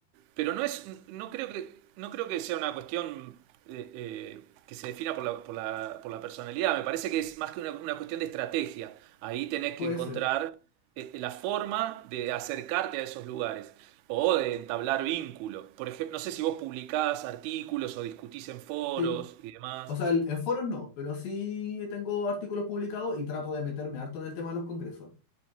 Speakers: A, on the right (about 85°); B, on the left (about 65°).
A: pero no es, no creo que, no creo que sea una cuestión eh, eh, que se defina por la, por la, por la personalidad. Me parece que es más que una, una cuestión de estrategia. Ahí tenés que
B: puede
A: encontrar
B: ser,
A: eh, eh, la forma de acercarte a esos lugares o de entablar vínculo. Por ejemplo, no sé si vos publicás artículos o discutís en foros
B: sí.
A: y demás.
B: O sea, el- en foros no, pero sí tengo artículos publicados y trato de meterme harto en el tema de los congresos.